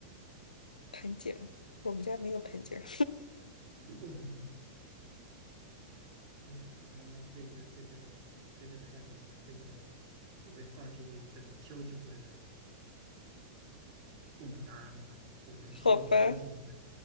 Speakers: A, on the left; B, on the right.
A: 盆景儿我们家没有盆景儿，
B: <laughs> 哎呀，那那这个这个这个太难了，这个我也放弃，等休息回来公布答案吧。
A: <laughs>
B: 我等先去休息一下
A: 好吧。